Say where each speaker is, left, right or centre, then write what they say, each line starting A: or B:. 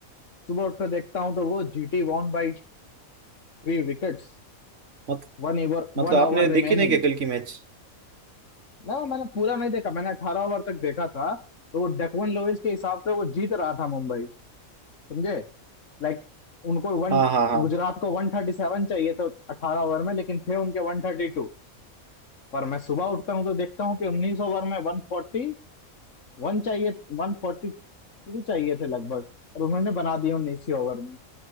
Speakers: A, on the left; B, on the right.
A: सुबह उठकर देखता हूँ तो वो GT won by थ्री wickets
B: मत,
A: वन over
B: मतलब
A: वन
B: आपने
A: over remaining
B: देखी नहीं क्या कल की मैच
A: ना मैंने पूरा नहीं देखा मैंने अठारह ओवर तक देखा था तो वो डकवन लोइस के हिसाब से वो जीत रहा था मुंबई समझे लाइक उनको वन
B: हाँ हाँ हाँ
A: गुजरात को वन थर्टी सेवन चाहिए तो अठारह ओवर में लेकिन थे उनके वन थर्टी टू पर मैं सुबह उठता हूँ तो देखता हूँ कि उन्नीस ओवर में वन फोर्टी वन चाहिए वन टू चाहिए थे लगभग और उन्होंने बना दिए उन्नीसवीं ओवर में